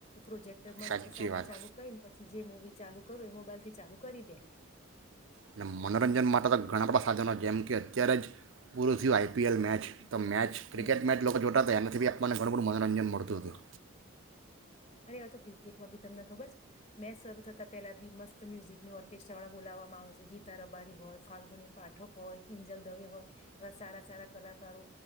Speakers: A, on the left; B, on the right.
A: પ્રોજેક્ટ મસ્ત
B: સાચી
A: સામે
B: વાત
A: ચાલુ કરીને પછી જે મુવી ચાલુ કરું એ મોબાઈલ થી ચાલુ કરી દે
B: અને મનોરંજન માટે તો ઘણા બધા સાધનો જેમ કે અત્યારે જ પૂરું થયુ આઈપીએલ મેચ તો મેચ ક્રિકેટ
A: હમ
B: મેચ લોકો જોતા હતા એને કવી આપમાને ઘણું બધું મનોરંજન મળતું હતું
A: અરે એવ તો ક્રિકેટ માં બી તમને ખબર છે મેં સર થતાં પેલા બી મસ્ત મ્યુઝિક ની ઓર્કેસ્ટ્રા વાળા બોલાવવામાં આવે છે ગીતા રબારી હોય ફાલ્ગુની પાઠક હોય કિંજલ દવે હોય એવા સારા સારા કલાકારો